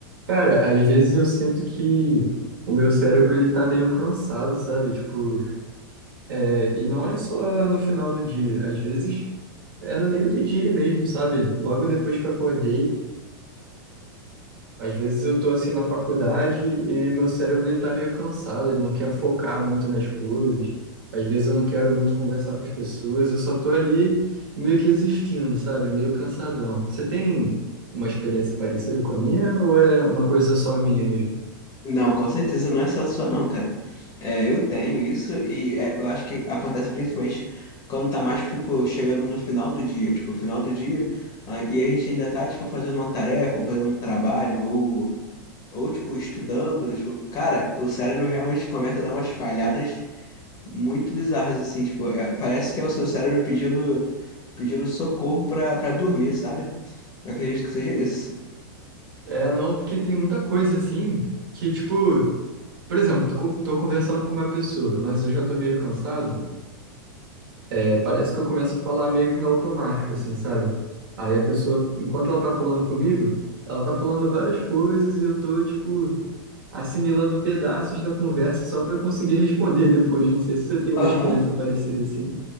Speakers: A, on the right; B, on the left.
A: Cara, às vezes eu sinto que o meu cérebro ele tá meio cansado, sabe? Tipo, é, e não é só no final do dia, às vezes é no meio do dia mesmo, sabe? Logo depois que eu acordei, às vezes eu tô assim na faculdade e meu cérebro ele tá meio cansado, ele não quer focar muito nas coisas. Às vezes eu não quero muito conversar com as pessoas, eu só tô ali meio que existindo, sabe? Meio cansadão. Você tem uma experiência parecida com a minha ou é uma coisa só minha mesmo?
B: Não, com certeza não é só sua não, cara. É, eu tenho isso e é, eu acho que acontece principalmente quando tá mais, tipo, chegando no final do dia, tipo, final do dia, ah, e a gente ainda tá, tipo, fazendo uma tarefa, ou fazendo um trabalho, ou, ou tipo, estudando, tipo, cara, o cérebro realmente começa a dar umas falhadas muito bizarras, assim, tipo, é, parece que é o seu cérebro pedindo, pedindo socorro pra, pra dormir, sabe? Eu acredito que seja isso.
A: É, não, porque tem muita coisa assim que, tipo, por exemplo, tô, co- tô conversando com uma pessoa, mas eu já tô meio cansado. É, parece que eu começo a falar meio que no automático, assim, sabe? Aí a pessoa, enquanto ela tá falando comigo, ela tá falando várias coisas e eu tô, tipo, assimilando pedaços da conversa só pra eu conseguir <laughs> responder depois. Não sei se você tem uma
B: Aham.
A: experiência parecida assim.